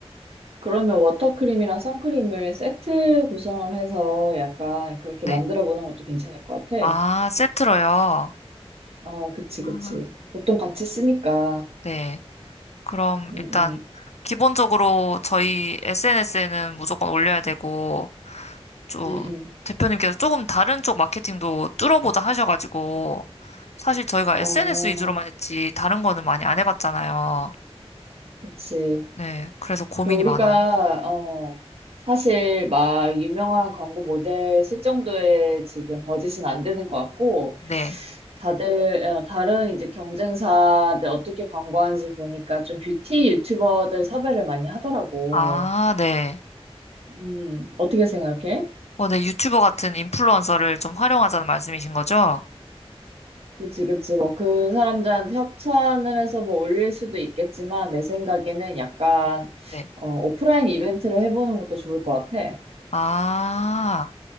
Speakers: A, on the right; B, on the left.
A: 그러면 워터크림이랑 선크림을 세트 구성을 해서 약간 그렇게
B: 네.
A: 만들어 보는 것도 괜찮을 것 같아.
B: 아, 세트로요.
A: 어, 그치,
B: 아.
A: 그치. 보통 같이 쓰니까.
B: 네. 그럼
A: 음,
B: 일단
A: 음.
B: 기본적으로 저희 SNS에는 무조건 올려야 되고 저
A: 음, 음.
B: 대표님께서 조금 다른 쪽 마케팅도 뚫어보자 하셔가지고 사실 저희가
A: 아.
B: SNS 위주로만 했지 다른 거는 많이 안 해봤잖아요.
A: 그치.
B: 네, 그래서 고민이
A: 그 우리가
B: 많아요.
A: 어 사실 막 유명한 광고 모델 쓸 정도의 지금 버짓은 안 되는 것 같고
B: 네.
A: 다들 어, 다른 이제 경쟁사들 어떻게 광고하는지 보니까 좀 뷰티 유튜버들 섭외를 많이 하더라고.
B: 아, 네.
A: 음 어떻게 생각해?
B: 어, 네, 유튜버 같은 인플루언서를 좀 활용하자는 말씀이신 거죠?
A: 그치 그치 뭐 그 사람들한테 협찬을 해서 뭐 올릴 수도 있겠지만 내 생각에는 약간
B: 네.
A: 어, 오프라인 이벤트를 해보는 것도 좋을 것 같아.
B: 아,